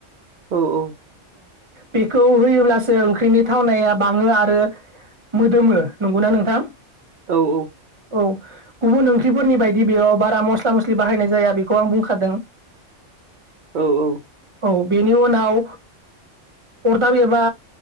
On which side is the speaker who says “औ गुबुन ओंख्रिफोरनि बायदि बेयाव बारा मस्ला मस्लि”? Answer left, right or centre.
Right